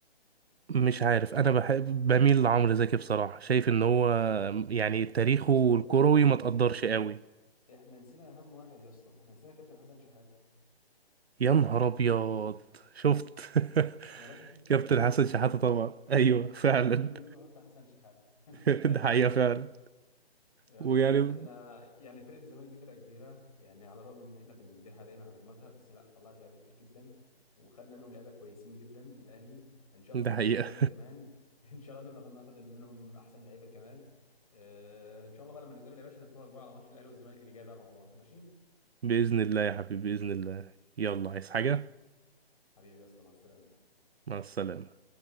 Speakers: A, on the right; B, on the left.
A: مش عارف انا بحب بميل لعمرو زكي بصراحة شايف ان هو يعني تاريخه
B: يا اسطى
A: الكروي
B: احنا
A: ما تقدرش
B: نسينا
A: قوي
B: احنا نسينا اهم واحد يا اسطى احنا نسينا كابتن حسن شحاته
A: يا نهار ابيض شفت <laughs>
B: يا باشا شيل كل
A: كابتن
B: دول وحط
A: حسن
B: حسن
A: شحاتة
B: شحاته
A: طبعا ايوه فعلا
B: شيل كل دول وحط حسن شحاته <laughs>
A: <laughs> ده حقيقة فعلا
B: آه،
A: ويعني
B: عامة احنا يعني فرقة الزمالك دي فرقة كبيرة يعني على الرغم ان احنا بنديها دايما على دماغها بس لا طلعت لعيبة كتير جدا وخدنا منهم لعيبة كويسين جدا في الاهلي ان شاء
A: ده
B: الله ناخد
A: حقيقة
B: منهم لعيبة كمان <laughs> ان شاء الله ناخد ناخد منهم احسن لعيبة كمان آه، ان شاء الله بقى لما نتقابل يا باشا نتفرج بقى على ماتش الاهلي والزمالك اللي جاي بقى مع بعض ماشي
A: <laughs> بإذن الله يا حبيبي بإذن الله يلا عايز حاجة
B: حبيبي يا اسطى مع السلامة
A: مع السلامة